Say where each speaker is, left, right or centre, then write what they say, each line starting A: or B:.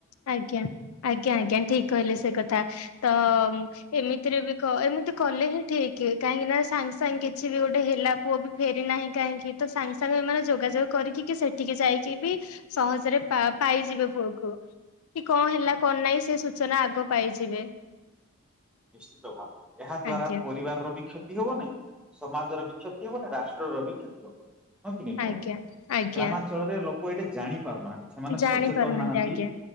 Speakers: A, on the left (about 75°); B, in the centre.
A: ଆଜ୍ଞା ଆଜ୍ଞା ଆଜ୍ଞା ଠିକ କହିଲେ ସେ କଥା ତ ଏମିତିରେ ବି କ ଏମିତି କଲେ ହିଁ ଠିକ କାହିଁକି ନା ସାଙ୍ଗେ ସାଙ୍ଗେ କିଛି ବି ଗୋଟେ ହେଲା ପୁଅ ବି ଫେରି ନାହିଁ କାହିଁକି ତ ସାଙ୍ଗେ ସାଙ୍ଗେ ଏମାନେ ଯୋଗାଯୋଗ କରିକି କିି ସେଠିକି ଯାଇକି ବି ସହଜରେ ପା ପାଇଯିବେ ପୁଅକୁ। କି କଣ ହେଲା କଣ ନାହିଁ ସେ ସୂଚନା ଆଗ ପାଇଯିବେ।
B: ନିଶ୍ଚିତ ଭାବରେ ଏହା ଦ୍ଵାରା
A: ଆଜ୍ଞା
B: ପରିବାରର ବି କ୍ଷତି ହବ ନାହିଁ। ସମାଜର ବି କ୍ଷତି ହବ ନା ରାଷ୍ଟ୍ରର ବି କ୍ଷତି ହବ। ହଁ କି ନାଇ କୁହନ୍ତୁ?
A: ଆଜ୍ଞା ଆଜ୍ଞା
B: ଗ୍ରାମାଞ୍ଚଳ ଞ୍ଚଳରେ ଲୋକ ଏଇଠେ ଜାଣି ପାରୁନାହାନ୍ତି। ସେମାନେ
A: ଜାଣି
B: ସଚେତନ
A: ପାରୁନାହାନ୍ତି
B: ନାହାନ୍ତି।
A: ଆଜ୍ଞା